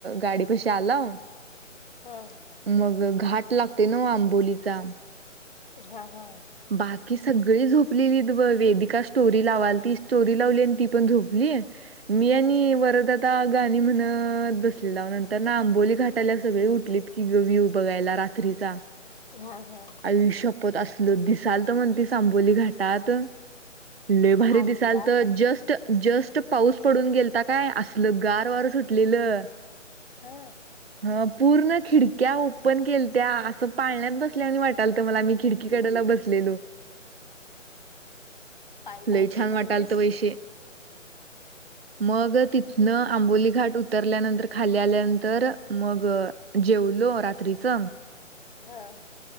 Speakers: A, on the right (about 50°); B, on the left (about 40°).
A: गाडीपाशी आलाओ
B: हा
A: मग घाट लाग ते ना आंबोलीचा.
B: हा हा.
A: बाकी सगळी झोपलेली वेदिका स्टोरी लावाल ती स्टोरी लावली ती पण झोपली. मी
B: हम्म
A: आणि वरद आता गाणी म्हणत बसलेला नंतर ना आंबोली घाटाला सगळी उठलीत की व्ह्यू बघायला रात्रीचा.
B: हा हा
A: आईशपथ असल दिसाल तर म्हणते आंबोली घाटात लईभारी
B: अंधार
A: दिसालत जस्ट जस्ट पाऊस पडून गेलता काय असल गार वार सुटलेलं
B: हा
A: ह पूर्ण खिडक्या ओपन केलत्या असं पाळण्यात बसल्यावाणी वाट लत मला मी खिडकी कडेला बसलेलो.
B: पाण्यात
A: लय
B: झुलालतीस
A: छान वाटायला थ वैशे.
B: <unintelligible>
A: मग तिथन आंबोली घाट उतरल्यानंतर खाली आल्यानंतर मग जेवलो रात्रीच
B: हा